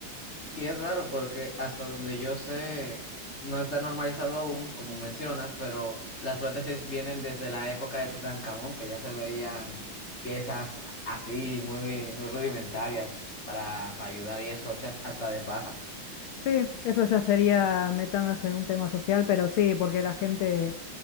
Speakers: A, on the left; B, on the left.
A: Y es raro porque hasta donde yo sé, no está normalizado aún, como mencionas, pero las prótesis vienen desde la época de Tutankamón, que ya se veían piezas así, muy, muy rudimentarias para, para ayudar y eso, hechas hasta de paja.
B: Sí, eso ya sería meternos en un tema social, pero sí, porque la gente